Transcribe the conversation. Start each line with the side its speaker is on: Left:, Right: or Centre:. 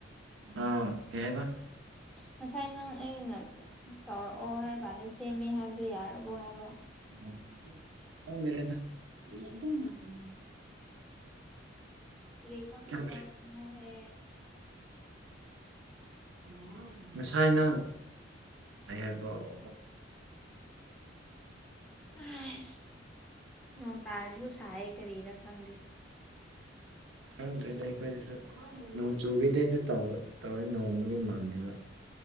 Right: ꯑꯥ ꯀꯩꯍꯥꯏꯕꯥ?
Centre: ꯉꯁꯥꯏ ꯅꯪ ꯑꯩꯅ <unintelligible> ꯇꯧꯔꯛꯑꯣ ꯍꯥꯏꯔ ꯀꯥꯟꯗ ꯁꯦꯝꯃꯦ ꯍꯥꯏꯕꯗꯣ ꯌꯥꯔꯕꯣ ꯍꯥꯏꯕ?
Right: ꯎꯝ ꯈꯪꯗꯔꯦꯗ ꯂꯩꯔꯝꯗꯧ ꯃꯜꯂꯤ
Centre: ꯀꯔꯤ ꯈꯪꯗꯕ
Right: ꯈꯪꯗ꯭ꯔꯦ
Centre: ꯈꯪꯉꯣꯍꯦ
Right: <unintelligible> ꯉꯁꯥꯏ ꯅꯪ ꯀꯩ ꯍꯥꯏꯕꯧ
Centre: <unintelligible> ꯅꯣꯡ ꯇꯥꯔꯁꯨ ꯁꯥꯏꯌꯦ ꯀꯔꯤꯔꯥ ꯈꯪꯗꯦ
Right: ꯈꯪꯗ꯭ꯔꯦꯗ ꯑꯩꯈꯣꯏꯗꯁꯨ <unintelligible> ꯅꯣꯡ ꯆꯨꯒꯦꯗꯤ ꯑꯗꯨ ꯇꯧ ꯇꯧꯋꯦ ꯅꯣꯡꯕꯨꯗꯤ ꯃꯪꯉꯦꯕ